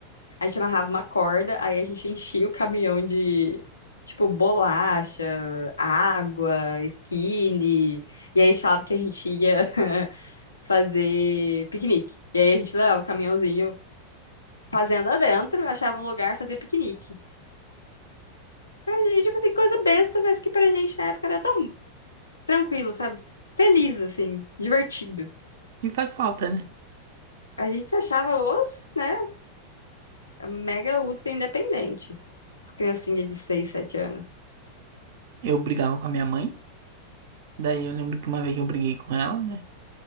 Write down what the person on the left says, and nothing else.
A gente amarrava uma corda, aí a gente enchia o caminhão de, tipo, bolacha, água, skinny. E aí a gente falava que a gente ia <laughs> fazer piquenique. E aí a gente levava o caminhãozinho fazenda dentro, achava um lugar, fazia piquenique. Mas, tipo assim, coisa besta, mas que pra gente na época era tão tranquilo, sabe? Feliz, assim, divertido.
A gente se achava os, né, mega ultra independentes. As criancinhas de 6 7 anos.